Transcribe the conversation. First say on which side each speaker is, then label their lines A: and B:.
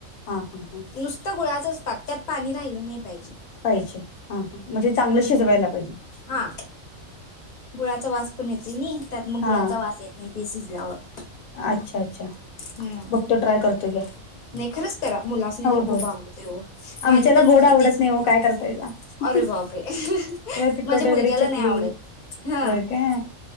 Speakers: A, on the left (about 85°); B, on the left (about 40°).
A: हां हां हां
B: नुसत गुळाचच पाक त्यात पाणी राहिलं नाही.
A: पाहिजे हां हां म्हणजे चांगलं शिजवायला पाहिजे
B: हा या गुळाचा वास पण येतोय नाही त्यात मग
A: हां
B: गुळाचा वास येत नाही ते शिजल्यावर.
A: अच्छा अच्छा
B: हम
A: बघतो ट्राय करतो घ्या
B: नाही खरंच करा मुलासनी
A: हो
B: तर खूप
A: हो
B: आवडत ओ. माझी
A: आमच्याला
B: तर मुलगी
A: गोड आवडत
B: तेच
A: नाही
B: खाते
A: हो काय करतायचा
B: अरे
A: त्याला
B: बापरे
A: तिखट
B: माझ्या मुलग्याला
A: वगैरे चकली
B: नाही आवडत हा
A: होय काय